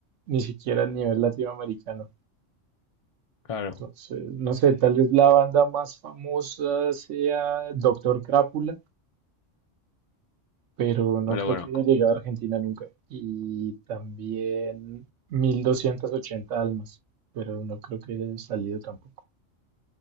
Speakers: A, on the right; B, on the left.
A: ni siquiera a nivel latinoamericano.
B: Claro,
A: Entonces, no sé, tal vez la banda más famosa sea Doctor Crápula, pero no
B: no
A: creo
B: lo conozco.
A: que haya llegado a Argentina nunca. Y también 1280 almas, pero no creo que haya salido tampoco.